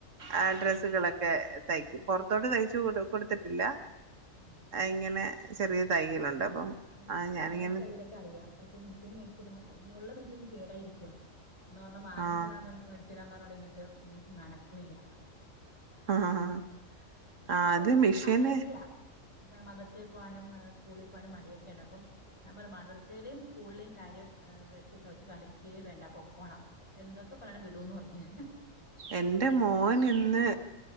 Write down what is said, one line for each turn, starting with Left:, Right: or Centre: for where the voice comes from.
Right: ആ ഡ്രസ്സുകളൊക്കെ
Left: ആഹ് അത്യാവശ്യം
Right: തയ്ക്കും
Left: ഉം
Right: പൊറത്തോട്ട് തയ്ച്ചു കൊടു കൊടുത്തിട്ടില്ല
Left: ഉം
Right: ഇങ്ങനെ ചെറിയ തയ്യലുണ്ട് അപ്പം
Left: എനിക്ക്
Right: ആ
Left: ചെറുതായിട്ട്
Right: ഞാനിങ്ങനെ
Left: തയ്യലൊക്കെ അറിയാം പക്ഷെ മെഷീൻ മേടിച്ചിടാ ഉള്ള മെഷീനും കേടായിരിക്കുവ എന്നാ ഒരെണ്ണം വാങ്ങിത്തരാന്ന്
Right: ആ
Left: മേടിച്ച് തരാൻ പറഞ്ഞോണ്ടിരുന്നിട്ട് ന്നനക്കമില്ല
Right: ആഹ്
Left: എന്റെ
Right: ആ
Left: മോനിക്കും
Right: അത് മിഷന്
Left: മടിയൊക്കെയാ മദർസേ പോവാനും സ്കൂളി പോവാനും മടിയ ക്കെണ്ട് അപ്പം ഞാൻ പറഞ്ഞ് മദ്രസയിലേം സ്കൂളിലെയും കാര്യം വെച്ച് കളിക്കേ വേണ്ട പൊക്കോണം എന്തൊക്കെ പറഞ്ഞാലും വിടൂന്ന് പറഞ്ഞ്
Right: എന്റെ മോൻ ഇന്ന്